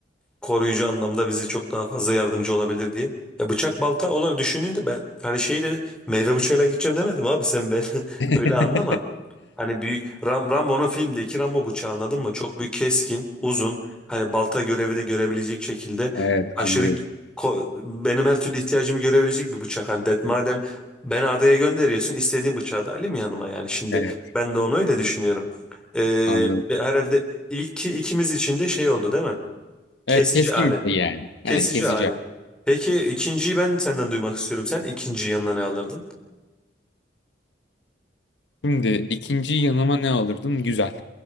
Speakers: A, in the centre; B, on the left.
A: koruyucu anlamda bizi çok daha fazla yardımcı olabilir diye. Ya bıçak balta olarak düşündüğünde ben hani şey dedi meyve bıçağıyla gideceğim demedim abi sen ben <laughs>
B: <laughs>
A: öyle anlama. Hani büyük Ram, Rambo'nun filmdeki Rambo bıçağı anladın mı? Çok büyük keskin, uzun. Hani balta görevi de görebilecek şekilde
B: Evet
A: aşırı
B: anladım.
A: ko- benim her türlü ihtiyacımı görebilecek bir bıçak. Hani det madem beni adaya gönderiyorsun istediğim bıçağı da alayım yanıma yani şimdi
B: Evet
A: ben de onu öyle düşünüyorum. Ee,
B: anladım.
A: herhalde ilki ikimiz için de şey oldu değil mi? Kesici
B: Evet keskin
A: alet.
B: bir şey yani. Yani
A: Kesici
B: kesici.
A: alet. Peki ikinciyi ben senden duymak istiyorum. Sen ikinciyi yanına ne alırdın?
B: Şimdi ikinci yanıma ne alırdım? Güzel.